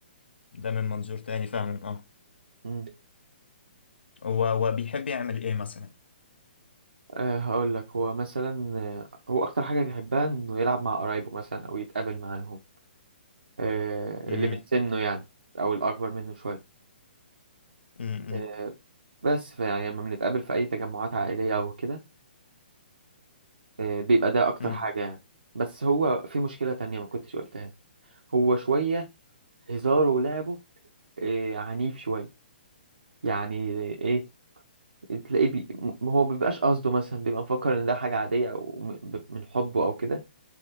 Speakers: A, on the left (about 85°); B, on the right (about 80°).
A: ده من منظور تاني فعلا اه
B: مم.
A: هو هو بيحب يعمل ايه مثلا
B: أه هقول لك هو مثلا آه، هو اكتر حاجة بيحبها انه يلعب مع قرايبه مثلا او يتقابل معاهم أه
A: امم
B: اللي من سنه يعني او الاكبر منه شوية
A: امم
B: آه، بس فيعني لما بنتقابل في أي تجمعات عائلية أو كده آه، بيبقى ده أكتر
A: امم
B: حاجة يعني بس هو في مشكلة تانية ما كنتش قلتها هو شوية هزاره ولعبه آه، عنيف شوية يعني إيه تلاقيه بي... م- هو مبيبقاش قصده مثلا بيبقى مفكر إن ده حاجة عادية أو م- ب- من حبه أو كده